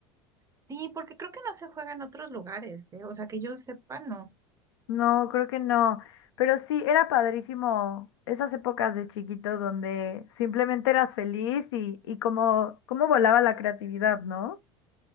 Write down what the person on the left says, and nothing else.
No, creo que no. Pero sí, era padrísimo esas épocas de chiquito donde simplemente eras feliz y, y cómo, cómo volaba la creatividad, ¿no?